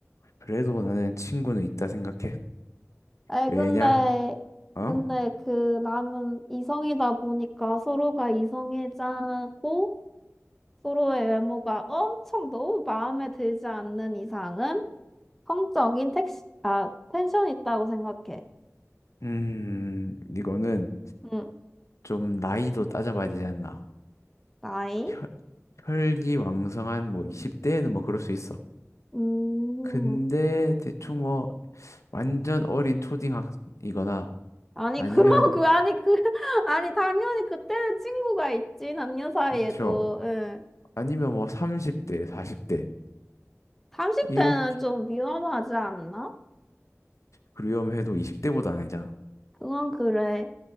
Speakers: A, on the left (about 75°); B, in the centre.
A: 그래도 나는 친구는 있다 생각해.
B: 아이,
A: 왜냐?
B: 근데,
A: 어?
B: 근데 그 나는 이성이다 보니까 서로가 이성애자고 서로의 외모가 엄청 너무 마음에 들지 않는 이상은 성적인 택시, 아, 텐션 있다고 생각해.
A: 음, 이거는
B: 응,
A: 좀 나이도 따져봐야 되지 않나.
B: 나이?
A: 혈, 혈기왕성한 뭐 20대에는 뭐 그럴 수 있어.
B: 음.
A: 근데 대충 뭐 완전 어린 초딩학이거나
B: 아니,
A: 아니면
B: 그러고, 아니, 그, <laughs> 아니, 당연히 그때는 친구가 있지, 남녀 사이에도.
A: 그렇죠.
B: 응.
A: 아니면 뭐 30대, 40대
B: 30대는
A: 이렇게
B: 좀 위험하지 않나?
A: 그리움해도 20대보다 아니잖아.
B: 그건 그래.